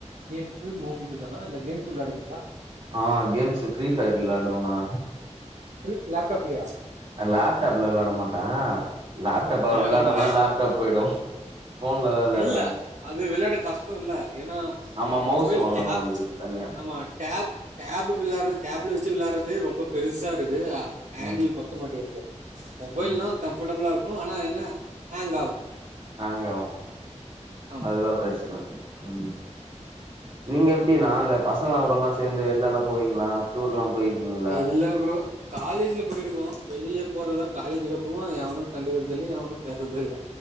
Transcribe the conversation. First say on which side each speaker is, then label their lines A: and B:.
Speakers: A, on the right; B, on the right.
A: கேம்ஸு மூவீஸ்ஸுதனா இல்ல கேம்ஸ் விளையாடுவிங்ளா
B: ஆ கேம்ஸ் ஃப்ரீ ஃபயர் விளையாடுவோனா
A: ஃப்ரீ லேப்டாப் லயா
B: லேப்டாப்ல விளாட மாட்ட லேப்டாப்ல
A: ஆ
B: விளையாடுனா
A: ஆமா
B: லேப்டாப் போயிடு ஃபோன்ல தா விளாடுவே
A: இல்ல அது விளாட கஷ்டோல எனா
B: நம்ம மவுஸ்
A: மொபைல்
B: வாங்கணு
A: டேப்
B: அதுக்கு தனியா
A: ஆமா டேப் டேபு விளாற்றோ டேப்ல வச்சு விளாற்றதே ரொம்ப பெருசா இருக்கு ஹேண்டில்
B: ம்
A: பத்த மாட்டேங்குது மொபைல்னா
B: ம்
A: கம்ஃப்படபிளா இருக்கு ஆனா என்ன ஹேங் ஆவு
B: ஹேங் ஆவு
A: ஆமா
B: அதுதா பிரச்சன ம் நீங்க எப்டிணா அங்க பசங்களோடலா சேந்து வெள்லலா போவீங்ளா டூர் லா போயிருக்கிங்க
A: இல்ல ப்ரோ காலேஜில போயிருக்கோ வெளியே போறதோ காலேஜுக்கு அப்புறமா எவனு‌ கண்டுக்கற்தில்ல எவனு பேசற்து இல்ல